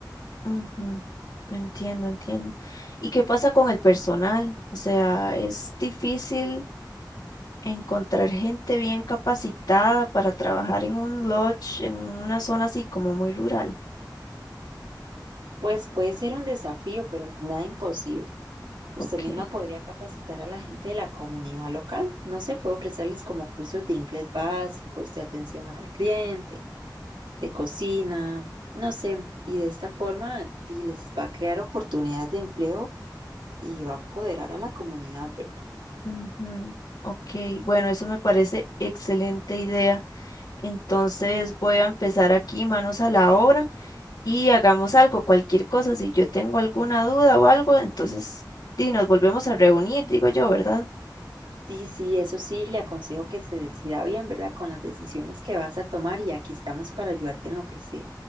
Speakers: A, on the left; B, on the right.
A: ujú, Entiendo, entiendo. ¿Y qué pasa con el personal? O sea, ¿es difícil? encontrar gente bien capacitada para trabajar en un lodge, en una zona así como muy rural.
B: Pues puede ser un desafío, pero no nada imposible. Usted
A: Ok,
B: misma podría capacitar a la gente de la comunidad local. No sé, puede ofrecerles como cursos de inglés básicos, de atención al cliente, de cocina, no sé. Y de esta forma di, les va a crear oportunidades de empleo y va a empoderar a la comunidad, ¿verdad?
A: ujú, ok, bueno, eso me parece excelente idea. Entonces voy a empezar aquí, manos a la obra, y hagamos algo, cualquier cosa. Si yo tengo alguna duda o algo, entonces di, nos volvemos a reunir, digo yo, ¿verdad?
B: Sí, sí, eso sí, le aconsejo que se decida bien, ¿verdad? Con las decisiones que vas a tomar y aquí estamos para ayudarte en lo que sea.